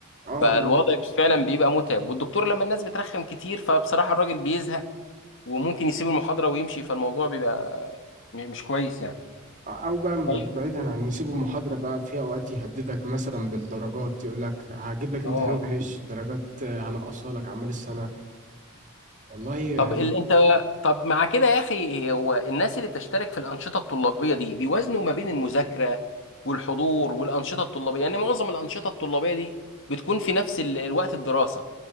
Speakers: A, on the right; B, on the left.
A: اه
B: فالوضع فعلا بيبقى متعب والدكتور لما الناس بترخم كتير فبصراحة الراجل بيزهق وممكن يسيب المحاضرة ويمشي فالموضوع بيبقى م- مش كويس يعني
A: او بقى م-
B: طيب
A: بعيدا عن إن يسيبوا محاضره بقى في اوقات يهددك مثلا بالدرجات يقول لك هجيب لك امتحان
B: اه
A: وحش درجات آه، هنقصها لك اعمال السنه والله يعني
B: طب ال... انت طب مع كده يا اخي هو الناس اللي بتشترك في الأنشطة الطلابية دي بيوازنوا ما بين المذاكرة والحضور والأنشطة الطلابية يعني معظم الأنشطة الطلابية دي بتكون في نفس ال... الوقت الدراسة